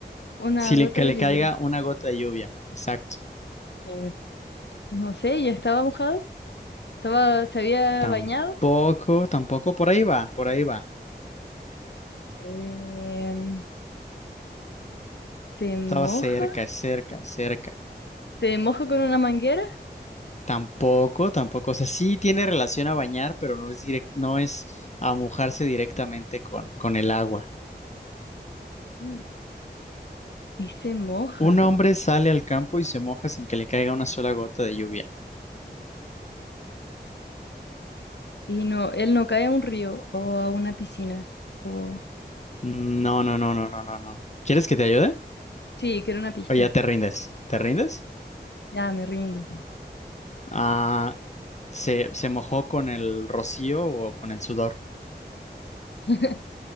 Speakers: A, on the left; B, on the left.
A: una
B: Sin
A: gota
B: le- que
A: de
B: le caiga
A: lluvia.
B: una gota de lluvia. Exacto.
A: Eh, no sé, ya estaba mojado, estaba, se había
B: Tampoco,
A: bañado.
B: tampoco. Por ahí va, por ahí va.
A: Em, se moja,
B: Estaba cerca, cerca, cerca.
A: se moja con una manguera
B: Tampoco, tampoco. O sea, sí tiene relación a bañar, pero no es direct, no es a mojarse directamente con, con el agua.
A: Mm. y se moja.
B: Un hombre sale al campo y se moja sin que le caiga una sola gota de lluvia.
A: Y no, él no cae a un río o a una piscina. O...
B: No, no, no, no, no, no, no. ¿Quieres que te ayude?
A: Sí, que era una pista.
B: O ya te rindes. ¿Te rindes?
A: Ya, me rindo.
B: Ah, se, se mojó con el rocío o con el sudor.
A: <laughs>